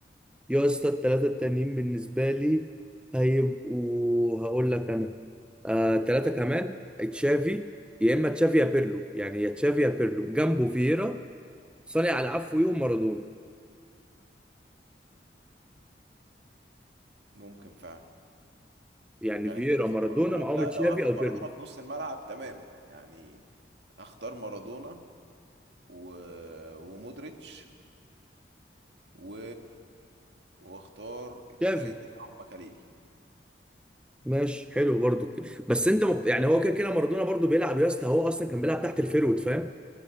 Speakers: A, in the centre; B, on the right (about 80°).
A: يا اسطى الثلاثة التانيين بالنسبة لي هيبقوا هقول لك انا آه تلاتة كمان تشافي يا اما تشافي يا بيرلو يعني يا تشافي يا بيرلو جنبه فييرا صانع العفو يوم مارادونا
B: ممكن فعلا
A: يعني
B: يعني
A: فييرا
B: انت هتاخد
A: مارادونا
B: مارادونا
A: معاهم
B: لا
A: تشافي
B: لو هاخد
A: او
B: مارادونا
A: بيرلو
B: في نص الملعب تمام يعني هختار مارادونا و... ومودريتش و... واختار التالت
A: تشافي
B: بتاعهم مكاليلي
A: ماشي حلو برضو كده بس انت مبت... يعني هو كده كده مارادونا برضو بيلعب يا اسطى هو اصلا كان بيلعب تحت الفيرود فاهم